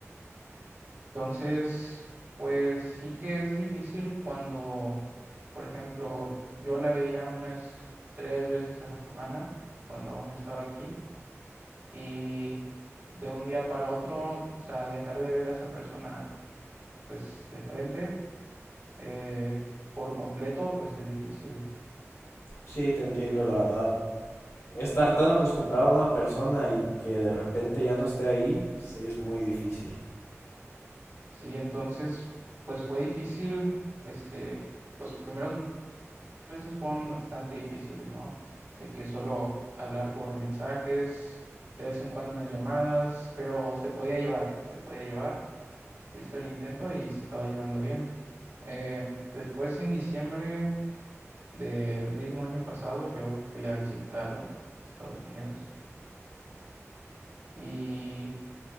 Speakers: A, on the right (about 55°); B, on the left (about 70°).
A: Entonces, pues sí que es difícil cuando, por ejemplo, yo la veía unas tres veces a la semana cuando aún estaba aquí y de un día para otro, o sea, dejar de ver a esa persona pues de frente eh, por completo, pues es difícil.
B: Sí, te entiendo, la verdad. Estar tan acostumbrado a una persona y que de repente ya no esté ahí, sí es muy difícil.
A: Sí, entonces, pues fue difícil, este, los primeros meses fueron bastante difíciles, ¿no? De que solo hablar por mensajes, de vez en cuando unas llamadas, pero se podía llevar, se podía llevar. Se Hizo el intento y se estaba llevando bien. Eh, después, en diciembre del mismo año pasado, yo fui a visitarla, Estados Unidos, y